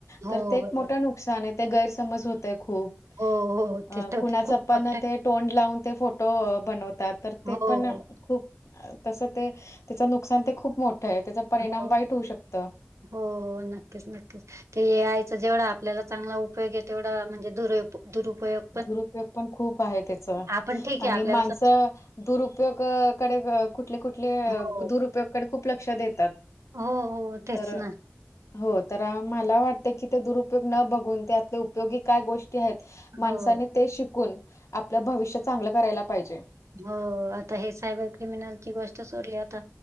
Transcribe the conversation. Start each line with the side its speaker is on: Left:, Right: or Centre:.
Right: हो,
Left: तर ते एक
Right: बरोबर.
Left: मोठं नुकसान हाय ते गैरसमज होतय खूप.
Right: हो, हो. ते
Left: अ
Right: तर
Left: कुणाच
Right: खूप
Left: पन
Right: मोठं आहे.
Left: ते टोंड लावून ते फोटो बनवतात तर
Right: हो,
Left: ते पण खूप तसं ते त्याचं नुकसान ते खूप मोठं हे त्याचा परिणाम
Right: हो,
Left: वाईट होऊ शकतं.
Right: हो नक्कीच नक्कीच. ते यायचं जेवढा आपल्याला चांगला उपयोग आहे तेवढा म्हणजे दुर उप दुरपयोग
Left: दुरुपयोग पण खूप आहे त्याच
Right: आपण ठीक आहे
Left: आणि
Right: आपल्याला
Left: माणसं
Right: समज
Left: दुरुपयोगकडे कुठले कुठले
Right: हो,
Left: दुरुपयोगाकडे खूप लक्ष देतात.
Right: हो हो तेच
Left: तर
Right: ना
Left: हो तर मला वाटत की ते दुरुपयोग न बघून तेतले उपयोगी काय गोष्टी आहेत माणसानी
Right: हो.
Left: ते शिकून आपलं भविष्य चांगलं करायला पाहिजे.
Right: हो आता हे सायबर क्रिमिनलची गोष्ट सोडली आता